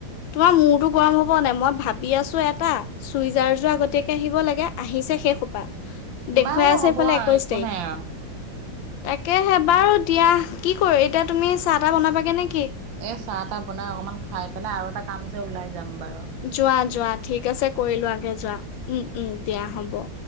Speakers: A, on the left; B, on the right.
A: তোমাৰ মূৰতো গৰম হব নাই, মই ভাবি আছো এটা, চুইজাৰযোৰ আগতীয়াকে আহিব লাগে আহিছে সেই সোপা। দেখুৱাই
B: বাৰু
A: আছে
B: হ'ব
A: এইফালে
B: আৰু
A: একৈশ
B: একো
A: তাৰিখ
B: নাই আৰু।
A: তাকেহে বাৰু <unintelligible> কি কৰো এতিয়া তুমি চাহ তাহ বনাবা <unintelligible>
B: এ চাহ তাহ বনাই অকমান খাই পেলাই আৰু এটা কাম আছে ওলাই যাম। বাৰু।
A: যোৱা যোৱা ঠিক আছে কৰিলোৱাগে যোৱা উম উম দিয়া হ'ব।